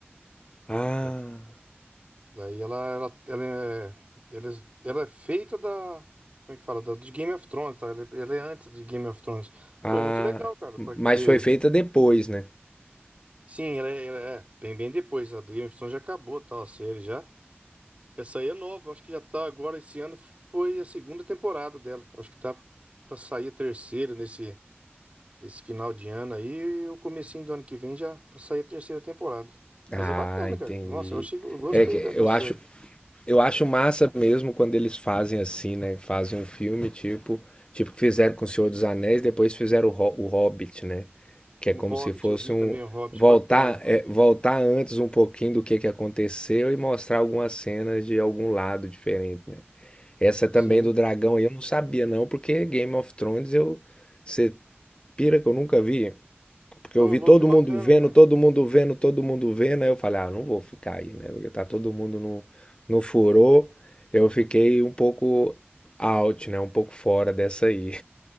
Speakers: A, on the left (about 25°); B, on the right (about 35°).
A: Ah,
B: É, Daí ela, ela, ela, é, ela, é ela é feita da. Como é que fala? Da, de Game of Thrones, tá? Ela, é ela é antes de Game of Thrones.
A: ah.
B: Pô, muito legal, cara, porque.
A: Mas foi feita depois, né?
B: Sim, ela é, ela é bem, bem depois. A Game of Thrones já acabou, tal, a série já. Essa aí é nova, acho que já tá agora esse ano. Foi a segunda temporada dela. Acho que tá pra sair a terceira nesse, nesse final de ano aí. E o comecinho do ano que vem já pra sair a terceira temporada. Mas
A: Ah,
B: é bacana,
A: entendi.
B: cara. Nossa, eu achei, eu gostei
A: É que
B: da, da
A: eu
B: série.
A: acho. Eu acho massa mesmo quando eles fazem assim, né? Fazem um filme tipo, tipo que fizeram com o Senhor dos Anéis, depois fizeram o, Ho- o Hobbit, né? Que
B: O
A: é como
B: Hobbit,
A: se fosse
B: eu vi
A: um
B: também o Hobbit,
A: voltar,
B: bacana.
A: é, voltar antes um pouquinho do que que aconteceu e mostrar algumas cenas de algum lado diferente, né? Essa também
B: Sim.
A: do dragão aí eu não sabia não, porque Game of Thrones eu você pira que eu nunca vi. Porque
B: Ô,
A: eu vi
B: louco,
A: todo
B: é bacana,
A: mundo vendo,
B: cara.
A: todo mundo vendo, todo mundo vendo. Aí eu falei, ah, não vou ficar aí, né? Porque tá todo mundo no, no furor. Eu fiquei um pouco out, né? Um pouco fora dessa aí.